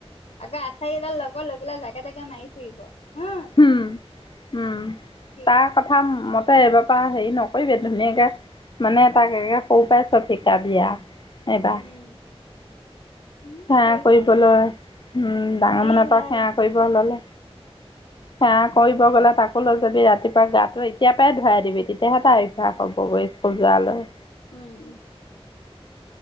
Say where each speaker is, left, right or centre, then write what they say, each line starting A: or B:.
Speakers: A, on the left (about 85°); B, on the left (about 50°).
A: আকৌ আচাৰি এদাল ল'ব ল'ব লৈ পেলাই জাকে তাকে মাৰি ফুৰিব। হা
B: হম, উম,
A: সি
B: তাক কথা মতে এইবাৰপা হেৰি নকৰিবি ধুনীয়াকে মানে তাক এতিয়া সৰু পাই চব শিকাবি আৰু। এইবাৰ
A: উম। উম,
B: সেৱা
A: সি
B: কৰিবলৈ
A: ভাল
B: উম ডাঙৰ
A: সি
B: মানুহৰ এটাক
A: ভাল
B: সেৱা কৰিব ল'লে। সেৱা কৰিব গ'লে তাক স্কুললৈ যদি ৰাতিপুৱা গাটো এতিয়া‌ পাই ধুৱাই দিবি তেতিয়াহে তাৰ অভ্যাস হ'বগৈ স্কুল যোৱালৈ।
A: উম।